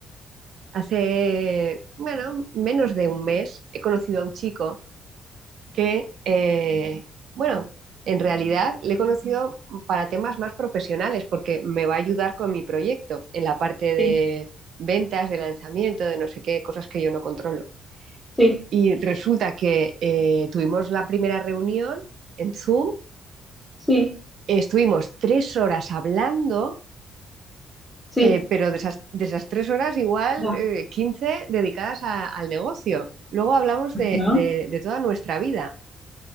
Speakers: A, on the right; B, in the centre.
A: hace, bueno, menos de un mes he conocido a un chico que, eh, bueno, en realidad le he conocido para temas más profesionales porque me va a ayudar con mi proyecto en la parte de
B: sí,
A: ventas, de lanzamiento, de no sé qué, cosas que yo no controlo.
B: sí,
A: Y resulta que eh, tuvimos la primera reunión en Zoom,
B: sí,
A: estuvimos tres horas hablando,
B: sí.
A: eh, pero de esas, de esas tres horas igual
B: Ya.
A: eh, 15 dedicadas a- al negocio. Luego hablamos de,
B: ¿No?
A: de- de toda nuestra vida.